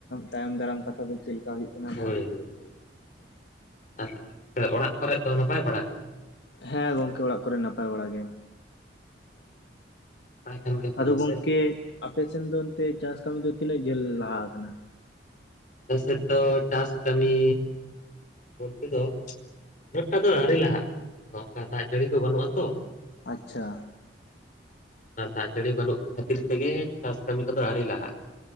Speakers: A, on the left; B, on the left.
A: ᱛᱟᱭᱚᱢ ᱫᱟᱨᱟᱢ ᱠᱟᱛᱷᱟ ᱫᱚ ᱪᱮᱫ ᱞᱮᱠᱟ ᱦᱩᱭᱩᱜ ᱠᱟᱱᱟ
B: ᱦᱳᱭ
A: ᱱᱟᱜ
B: ᱦᱳᱭ, ᱟᱨ ᱛᱟᱦᱚᱞᱮ ᱜᱚᱢᱠᱮ ᱚᱲᱟᱜ ᱠᱚᱨᱮ ᱫᱚ ᱱᱟᱯᱟᱭ ᱵᱟᱲᱟ? ᱜᱮᱛᱚ?
A: ᱦᱮᱸ ᱜᱚᱢᱠᱮ ᱚᱲᱟᱜ ᱠᱚᱨᱮ ᱱᱟᱯᱟᱭ ᱵᱟᱲᱟ ᱜᱮ ᱾
B: <unintelligible> ᱜᱮ ᱵᱷᱟᱜᱮ
A: ᱟᱫᱚ ᱜᱚᱝᱠᱮ
B: ᱥᱮ
A: ᱟᱯᱮᱥᱮᱱ ᱫᱚ ᱚᱱᱛᱮ ᱪᱟᱥ ᱠᱟᱹᱢᱤ ᱫᱚ ᱛᱤᱱᱟᱹᱜ ᱡᱷᱟᱹᱞ ᱞᱟᱦᱟ ᱠᱟᱱᱟ?
B: ᱟᱞᱮ ᱥᱮᱫ ᱫᱚ, ᱪᱟᱥ ᱠᱟᱹᱢᱤ ᱵᱚᱞᱛᱮ ᱫᱚ ᱩᱱᱟᱹᱜ ᱴᱟ ᱫᱚ ᱟᱹᱣᱨᱤ ᱞᱟᱦᱟᱜᱼᱟ, ᱟᱫᱚ ᱚᱱᱠᱟ ᱫᱟᱜ ᱡᱟᱹᱲᱤ ᱠᱚ ᱵᱟᱹᱱᱩᱜᱼᱟ ᱛᱚ᱾
A: ᱟᱪᱪᱷᱟ᱾
B: ᱟ ᱫᱟᱜ ᱡᱟᱹᱲᱤ ᱵᱟᱹᱱᱩᱜ ᱠᱷᱟᱹᱛᱤᱨ ᱛᱮᱜᱮ, ᱪᱟᱥ ᱠᱟᱹᱢᱤ ᱠᱚᱫᱚ ᱟᱹᱣᱨᱤ ᱞᱟᱦᱟᱜᱼᱟ᱾